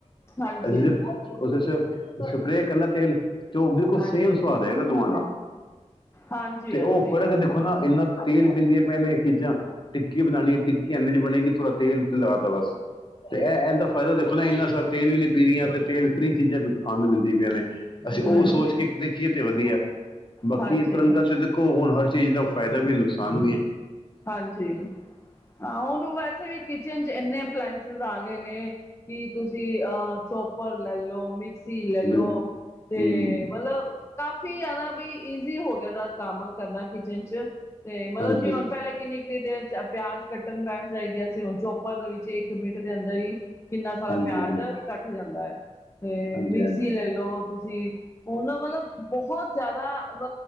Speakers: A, on the left (about 20°); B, on the left (about 40°).
A: ਹਾਂਜੀ,
B: ਅਜ਼ੀ
A: ਹਾਂਜੀ।
B: ਓਦੇ ਸਿਰਫ਼ ਸਪ੍ਰੇ ਕਰਨਾ ਤੇਲ ਤੋ ਓ ਬਿਲਕੁਲ
A: ਹਾਂਜੀ,
B: ਸੇਮ ਸੁਵਾਦ ਆਏਗਾ ਦੋਵਾਂ ਦਾ
A: ਹਾਂਜੀ,
B: ਤੇ ਓ ਫ਼ਰਕ ਦੇ ਖੋ ਨਾ ਇੰਨਾ ਤੇਲ ਪੀਂਦੀਆਂ ਪੀਐਂ ਨੇ ਏ ਚੀਜਾਂ। ਟਿੱਕੀ ਬਨਾਨੀ ਏ ਟਿੱਕੀ ਏਵੇਂ ਨੀ ਬਨੇਗੀ ਥੋੜਾ ਤੇਲ ਖਿਲਾਰ ਤਾ ਬਸ। ਤੇ ਐ ਐਂਦਾ ਫਾਇਦਾ ਦੇਖੋ ਨਾ ਇੰਨਾ ਸਾਰ ਤੇਲ ਵੀ ਨੀ ਪੀ ਰੀਆਂ। ਫੇਰ ਤੇਲ ਫ੍ਰੀ ਚੀਜਾਂ ਭੀ ਖਾਨ ਨੂੰ ਮਿਲਦੀਆਂ ਪੀਆਂ ਨੇ ਅਸੀ
A: ਹਾਂਜੀ,
B: ਓ ਸੋਚ ਕੇ ਇੱਕ ਦੇਖੀਏ ਤੇ ਵਧੀਐ, ਬਾਕੀ
A: ਹਾਂਜੀ,
B: ਤਿਰੰਗਾ <unintelligible> ਕੋ ਹੁਨ ਹਰ ਚੀਜ ਦਾ ਫਾਇਦਾ ਵੀ ਏ ਨੁਕਸਾਨ ਵੀ ਏ।
A: ਹਾਂਜੀ, ਹਾਂ ਓਨੂੰ ਵੈਸੇ ਵੀ ਕਿਚਨ 'ਚ ਏਨੇ ਐਪਲਾਇੰਸਿਸ ਆ ਗਏ ਨੇ ਕਿ ਤੁਸੀ ਅ ਚੋਪਰ ਲੈੱਲ ਲੋ, ਮਿਕ ਸੀ ਲੈੱਲ
B: ਬਿਲ
A: ਲੋ ਤੇ
B: ਹਮ
A: ਮਤਲਬ ਕਾਫੀ ਯਾਦਾ ਬਈ ਈਜ਼ੀ ਹੋ ਗਿਆ ਦੈ ਕੰਮ ਕਰਨਾ ਕਿਚਨ 'ਚ ਤੇ ਮਤਲਬ
B: ਹਾਂਜੀ
A: ਜੇ ਓਂਝ ਪੈਲੇ ਕਿੰਨੀ-ਕਿੰਨੀ ਦੇਰ 'ਚ ਅ ਪਿਆਜ ਕੱਟਨ ਬੈਠ ਜਾਈਦੀਆਂ ਸੀ, ਹੁਨ ਚੋਪਰ ਦੇ ਵਿੱਚ ਏੱਕ ਮਿੰਟ ਦੇ ਅੰਦਰ ਈ ਕਿੰਨਾ ਸਾਰਾ
B: ਹਾਂਜੀ
A: ਪਿਆਜ
B: ਹਾਂਜੀ
A: ਕੱਟ ਜਾਂਦਾ ਐ ਤੇ
B: ਹਾਂਜੀ
A: ਮਿਕਸੀ
B: ਹਾਂਜੀ।
A: ਲੈੱਲ ਲੋਂ ਤੁਸੀ ਓ ਨਾ ਮਤਲਬ ਬੋਹੋਤ ਜਿਆਦਾ ਅਵ